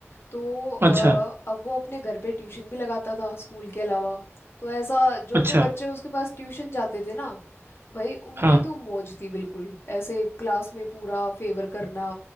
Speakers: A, on the left; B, on the right.
A: तो अ,
B: अच्छा
A: अब वो अपने घर पे ट्यूशन भी लगाता था स्कूल के अलावा तो ऐसा जो
B: अच्छा
A: जो बच्चे उसके पास ट्यूशन जाते थे ना भाई उनकी
B: हाँ
A: तो मौज थी बिल्कुल ऐसे क्लास में पूरा फेवर करना